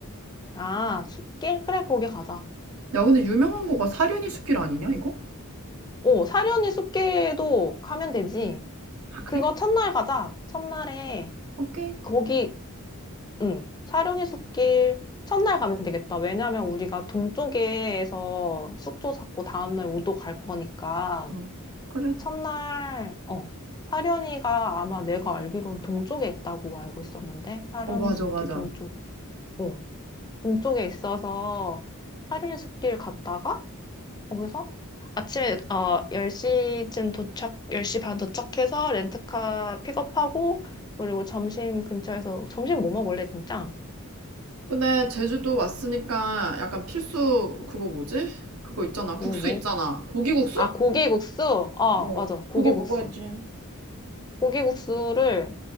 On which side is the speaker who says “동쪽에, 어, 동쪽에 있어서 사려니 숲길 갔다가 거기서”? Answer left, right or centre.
Left